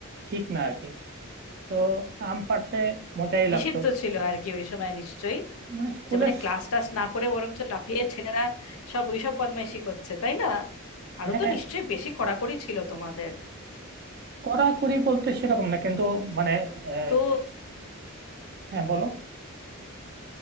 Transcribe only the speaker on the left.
নিষিদ্ধ
ছিল আর কি ওই সময় নিশ্চয়ই
যে মানে ক্লাস টাস না করে বরঞ্চ লাফিয়ে ছেলেরা সব ওইসব বদমাইশি করছে তাই না আরো
তো নিশ্চয়ই বেশি কড়াকড়ি ছিল তোমাদের
তো